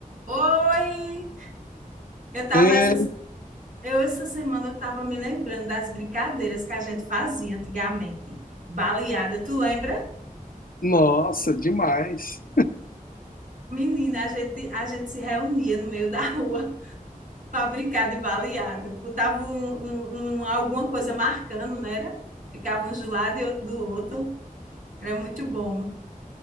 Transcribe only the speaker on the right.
Oi! Eu tava
essas, eu essa semana eu tava me lembrando das brincadeiras que a gente fazia antigamente. Baleada, tu lembra?
Menina, a gente, a gente se reunia no meio da rua <laughs> para brincar de baleada. Botava um, um- um- alguma coisa marcando, não era? Ficava um de um lado e outro do outro. Era muito bom.